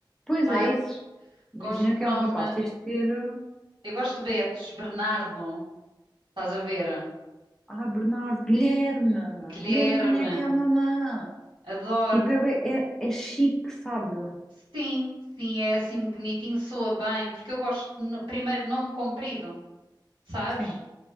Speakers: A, in the centre; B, on the right.
A: Pois
B: Ah,
A: é, isso.
B: gosto
A: Imagina que
B: de nome.
A: é um rapaz. Tens de ter. uh,
B: Eu gosto de Betos, Bernardo, estás a ver?
A: Ah, Bernardo, Guilherme.
B: Guilherme,
A: Guilherme, venha aqui à mamã.
B: adoro.
A: Tipo, é, é, é chique, sabe?
B: Sim, sim, é assim bonitinho, soa bem, porque eu gosto de no- primeiro nome comprido, sabes?
A: Sim.